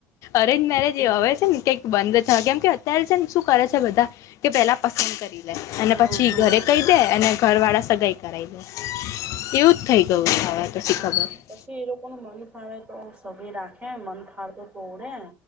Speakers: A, on the left; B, on the right.
A: અરેન્જ મેરેજ
B: હમ
A: એ આવે છે ને કઈક બંધ થ કેમ કે અત્યારે છે. શ કરે છે બધા કે પેલા પસંદ કરી લે અને
B: હા
A: પછી
B: હા
A: ઘરે કઈ. અને ઘર વાળા સગાઈ. એવું જ થઈ ગયું છે. હવે તો શીખબર
B: હા પછી એ લોકો ન મન ફાળે તો સગી રાખે. હે મન થાળતો તોોડે.